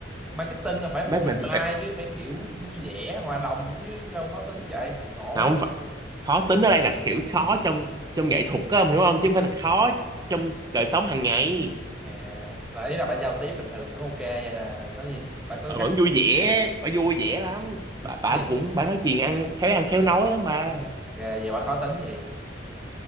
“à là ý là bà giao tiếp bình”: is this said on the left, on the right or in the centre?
Centre